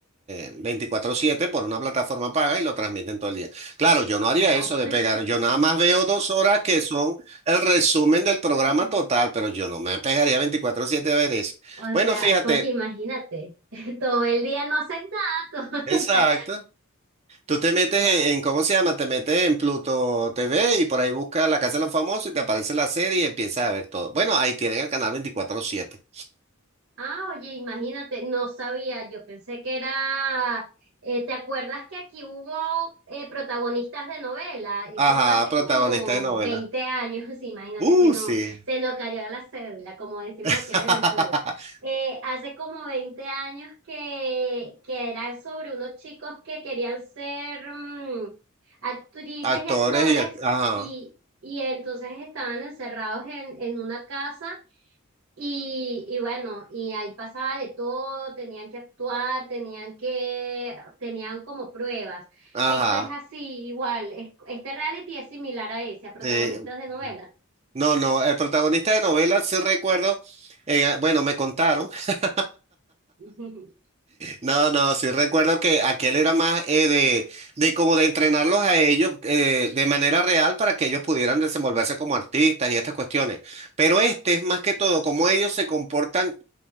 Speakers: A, on the right; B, on the right.
A: eh, 24/7 por una plataforma paga y lo transmiten todo el día. Claro, yo no haría
B: Wow.
A: eso de pegar. Yo nada más veo dos horas que son el resumen del programa
B: <laughs>
A: total, pero yo no me pegaría veinticuatro siete a ver eso.
B: O
A: Bueno,
B: sea,
A: fíjate,
B: porque imagínate, <laughs> todo el día no haces nada, todo, <laughs> o
A: exacto.
B: sea,
A: Tú te metes
B: wow.
A: en, en- ¿cómo se llama? Te metes en Pluto TV y por ahí buscas La Casa de los Famosos y te aparece la serie y empiezas a ver todo. Bueno, ahí tienen el canal veinticuatro siete.
B: Ah, oye, imagínate, no sabía, yo pensé que era, eh, ¿te acuerdas que aquí hubo eh, protagonistas de novela? Eso
A: Ajá,
B: fue hace
A: protagonista
B: como
A: de novela.
B: 20 años, <laughs> imagínate,
A: Uh,
B: se nos,
A: sí.
B: se nos cayó la cédula, como decimos
A: <laughs>
B: aquí en Venezuela. Eh, hace como 20 años que, que era sobre unos chicos que querían ser mm, actrices
A: Actores
B: y actores
A: y act- ajá,
B: y, y entonces estaban encerrados en, en una casa y, y bueno, y ahí pasaba de todo, tenían que actuar, tenían que, tenían como pruebas.
A: ajá.
B: Esto es así, igual, es- este reality es similar a ese, a protagonistas
A: sí.
B: de novelas.
A: No, no, el protagonista de novela sí recuerdo, en a- bueno, me contaron. <laughs>
B: <laughs>
A: No, no, sí recuerdo que aquel era más eh, de, de como de entrenarlos a ellos eh, de manera real para que ellos pudieran desenvolverse como artistas y estas cuestiones. Pero este es más que todo como ellos se comportan